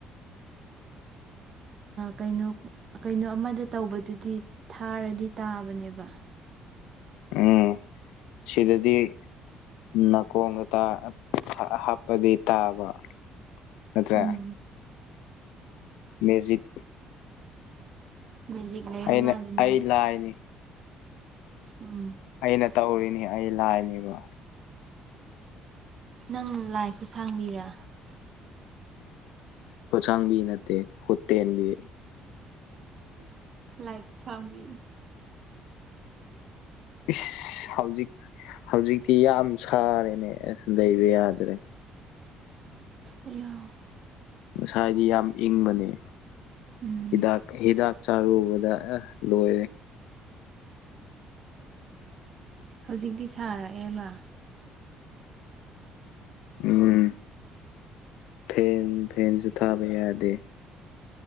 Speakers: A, on the left (about 80°); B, on the right (about 55°).
A: <unintelligible>
B: ꯀꯩꯅꯣ ꯀꯩꯅꯣ ꯑꯃꯗ ꯇꯧꯕꯗꯨꯗꯤ ꯊꯥꯔꯗꯤ ꯇꯥꯕꯅꯦꯕ
A: ꯎꯝ ꯁꯤꯗꯗꯤ ꯅꯥꯀꯣꯡꯗ ꯍꯥꯞꯄꯗꯤ ꯇꯥꯕ ꯅꯠꯇ꯭ꯔꯦ
B: ꯎꯝ
A: ꯃꯦꯖꯤꯠ
B: ꯃꯦꯌꯖꯤꯛ ꯂꯩꯕ
A: ꯑꯩꯅ
B: ꯃꯥꯔꯤꯅ
A: ꯑꯩ ꯂꯥꯏꯅꯤ
B: ꯎꯝ
A: ꯑꯩꯅ ꯇꯧꯔꯤꯅꯤ ꯑꯩ ꯂꯥꯏꯅꯦꯕ
B: ꯅꯪ ꯂꯥꯏ ꯈꯨ ꯁꯥꯡꯕꯤꯔ
A: ꯍꯠꯁꯥꯡꯕꯤ ꯅꯠꯇꯦ ꯈꯨꯇꯦꯟꯕꯤ
B: ꯂꯥꯏꯒ ꯆꯒꯤ
A: ꯏꯁ ꯍꯧꯖꯤꯛ ꯍꯧꯖꯤꯛꯇꯤ ꯌꯥꯝ ꯁꯥꯔꯦꯅꯦ ꯑꯁ ꯂꯩꯕ ꯌꯥꯗ꯭ꯔꯦ
B: ꯑ
A: ꯉꯁꯥꯏꯗꯤ ꯌꯥꯝ ꯏꯪꯕꯅꯤ
B: ꯎꯝ
A: ꯍꯤꯗꯥꯛ ꯍꯤꯗꯥꯛ ꯆꯥꯔꯨꯕꯗ ꯂꯣꯏꯔꯦ
B: ꯍꯧꯖꯤꯛꯇꯤ ꯁꯥꯔꯛꯑꯦꯕ
A: ꯎꯝ ꯐꯦꯟ ꯐꯦꯟꯁꯨ ꯊꯥꯕ ꯌꯥꯗꯦ